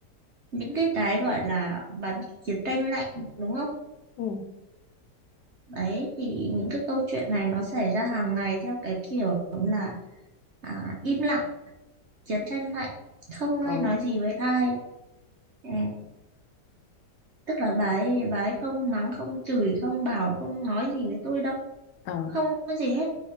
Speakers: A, on the right; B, on the left.
A: những cái cái gọi là bà biết chiến tranh lạnh đúng không?
B: ừ,
A: Đấy thì những cái câu chuyện này nó xảy ra hàng ngày theo cái kiểu là à, im lặng, chiến tranh lạnh, không
B: Ờ,
A: ai nói gì với ai. Ừm, Tức là bà ấy, bà ấy không mắng, không chửi, không bảo, không nói gì với tôi đâu.
B: ờ,
A: Không có gì hết.